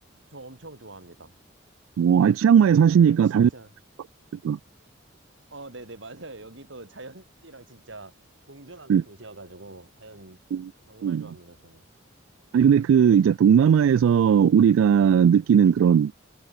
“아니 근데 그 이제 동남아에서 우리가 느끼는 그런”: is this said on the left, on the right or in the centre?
Right